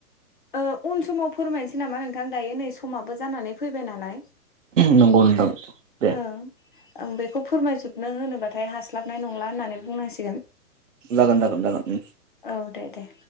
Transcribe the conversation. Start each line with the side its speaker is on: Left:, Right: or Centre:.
Left: <unintelligible>
Right: नंगौ नोंथां। दे
Left: ओ आं बेखौ फोरमायजोबनो होनोबाथाय हास्लाबनाय नंला होननानै बुंनांसि
Right: जागोन। जागोन। जागोन।
Left: औ दे दे।